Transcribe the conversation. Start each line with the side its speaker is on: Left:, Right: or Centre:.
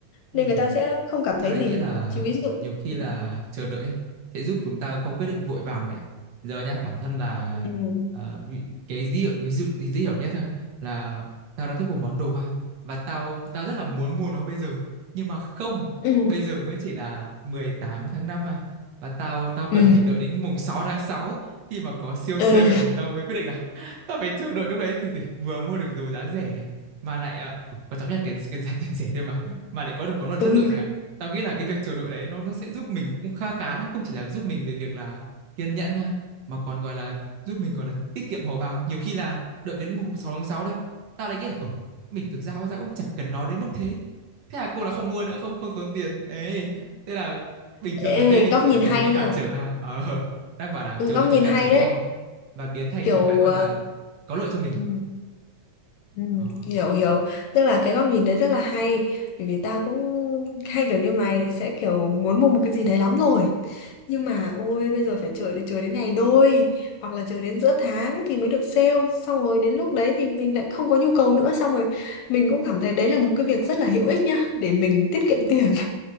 Right: ừ
Left: nên người ta sẽ không cảm
Right: Tao
Left: thấy
Right: đấy
Left: gì
Right: nghĩ là
Left: chứ ví dụ
Right: nhiều khi
Left: ừ,
Right: là chờ đợi ấy, sẽ giúp chúng ta không quyết định vội vàng mẹ. ạ. Giờ nhá, bản thân là
Left: ừ,
Right: ờ, vị, cái ví dụ, ví dụ dễ hiểu nhất ha, là tao đã thích một món đồ hoa và tao tao rất là muốn mua nó bây giờ nhưng mà không,
Left: ừ,
Right: bây giờ mới chỉ là 18 tháng 5 à và tao tao cần
Left: ừ,
Right: phải đợi đến mùng sáu tháng sáu khi mà có siêu
Left: ừ,
Right: sale này tao mới quyết định là <laughs> tao phải chờ đợi lúc đấy thì, thì vừa mua được đồ giá rẻ này mà lại ờ, ừ, quan trọng nhất là cái cái giá tiền rẻ thôi mà mà lại có được món đồ chất
Left: ừ.
Right: lượng chẳng hạn tao nghĩ là cái việc chờ đợi đấy nó nó sẽ giúp mình cũng kha khá đấy không chỉ là giúp mình về việc là kiên nhẫn ha, mà còn gọi là giúp mình gọi là tiết kiệm hầu bao nhiều khi là đợi đến mùng 6 tháng sáu đấy tao lại nghĩ là ừ, mình thực ra hóa ra cũng chẳng cần nó đến mức thế thế là cô là không mua nữa không không tốn tiền ấy thế là bình
Left: Ê,
Right: thường là thay vì
Left: góc nhìn
Right: trở thành
Left: hay
Right: một cái
Left: nha
Right: cản trở ha ờ đang bảo là
Left: ừ,
Right: chờ
Left: góc
Right: đợi
Left: nhìn
Right: thành cản
Left: hay
Right: trở
Left: đấy
Right: đúng không và biến thành
Left: kiểu
Right: một cái gọi
Left: ờ,
Right: là có lợi cho mình
Left: ừ. Ừ,
Right: ờ
Left: hiểu hiểu tức là cái góc nhìn đấy rất là hay bởi vì tao cũng hay kiểu như mày sẽ kiểu muốn mua một cái gì đấy lắm rồi nhưng mà ôi bây giờ phải chờ chờ đến ngày đôi hoặc là chờ đến giữa tháng thì mới được sale xong rồi đến lúc đấy thì mình lại không có nhu cầu nữa xong rồi mình cũng cảm thấy đấy là một cái việc rất là hữu ích nhá để mình tiết kiệm tiền